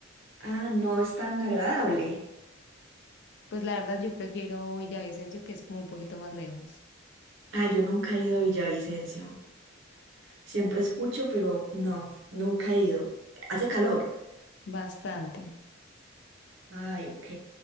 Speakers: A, on the right; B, on the left.
A: Ah, no es tan agradable.
B: Pues la verdad yo prefiero Villavicencio, que es como un poquito más lejos.
A: Ah, yo nunca he ido a Villavicencio. Siempre escucho, pero no, nunca he ido. Hace calor.
B: Bastante.
A: Ay, ok.